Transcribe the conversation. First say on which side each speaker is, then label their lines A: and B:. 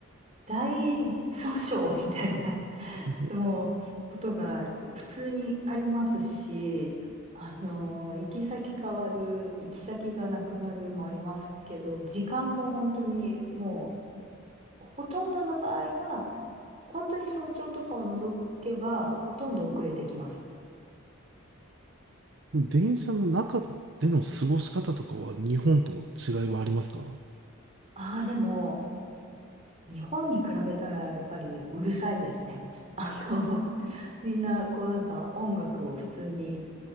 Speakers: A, on the right (about 30°); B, on the right (about 60°).
A: 大訴訟みたいな、
B: え
A: そのことが普通にありますし、あの、行き先変わる、行き先がなくなるもありますけど、時間も本当にもう、ほとんどの場合は、本当に早朝とかを除けば、ほとんど遅れてきます。
B: ー電車の中での過ごし方とかは日本と違いはありますか
A: ああ、でも、日本に比べたらやっぱりうるさいですね。<laughs> あの、<laughs> みんなこうなんか音楽を普通に